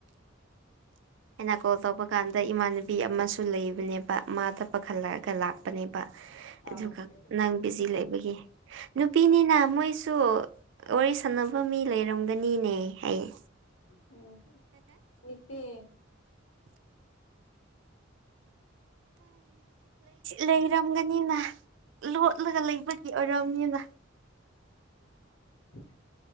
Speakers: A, on the right (about 65°); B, on the left (about 75°).
A: ꯑꯩꯅ ꯀꯣꯜ ꯇꯧꯕ ꯀꯥꯟꯗ ꯏꯃꯥꯟꯅꯕꯤ ꯑꯃꯁꯨ ꯂꯩꯕꯅꯦꯕ ꯃꯥ ꯊꯛꯄ ꯈꯜꯂꯛꯑꯒ ꯂꯥꯛꯄꯅꯦꯕ
B: ꯑꯥ
A: ꯑꯗꯨꯒ ꯅꯪ ꯕꯤꯖꯤ
B: ꯎꯝ
A: ꯂꯩꯕꯒꯤ ꯅꯨꯄꯤꯅꯤꯅ ꯃꯣꯏꯁꯨ ꯋꯥꯔꯤ ꯁꯥꯟꯅꯕ ꯃꯤ ꯂꯩꯔꯝꯒꯅꯤꯅꯦ ꯍꯥꯏꯌꯦ
B: ꯎꯝ ꯑꯣꯏꯇ
A: ꯂꯩꯔꯝꯒꯅꯤꯅ ꯂꯣꯠꯂꯒ ꯂꯩꯕꯒꯤ ꯑꯣꯏꯔꯝꯅꯤꯅ
B: ꯎ